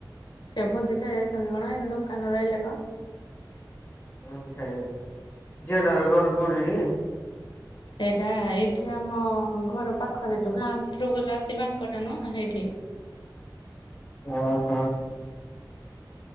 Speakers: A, on the left; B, on the left.
A: ସେ ଭୋଜି ଖାଇ ଯାଇଚନ୍ତି କଣ ଏଇନୁ ଦୋକାନରୁ ଆଇଲେ କଣ।
B: ଭୋଜି ଖାଇ ଯାଇସନ୍ତି -ଝିଅଟାର ଘର କଉଠେ କି?
A: ଏଇଟା ଏଇଠି ଆମ ଘର ପାଖରେ ଯଉ ଗାଁ ଭିତରୁକୁ ଗଲା ବସି ବାଙ୍କଟା ନୁହଁ ହେଇଠେ।
B: ଓହୋ।